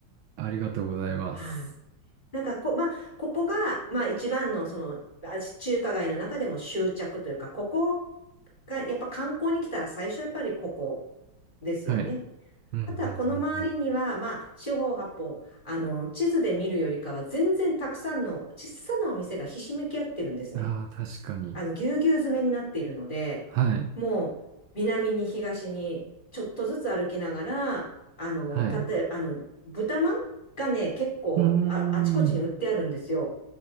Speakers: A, on the right; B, on the left.
A: あ、ありがとうございます。
B: はい。なんかこ、まあ、ここが、まあ一番のその、あ中華街の中でも執着というか、ここがやっぱ観光に来たら最初やっぱりここですよね。
A: はい。うんうんうんう
B: あとはこの周りには、まあ、四方八方、あの、地図で見るよりかは全然たくさんの小さなお店がひしめき合ってるんですね。
A: ん。ああ、確かに。
B: あの、ぎゅうぎゅう詰めになっているので、
A: はい。
B: もう、南に東にちょっとずつ歩きながら、あの、
A: はい。
B: たとえあの、
A: う
B: 豚まんがね、結構あ、
A: ーん。
B: あちこちに売ってあるんですよ。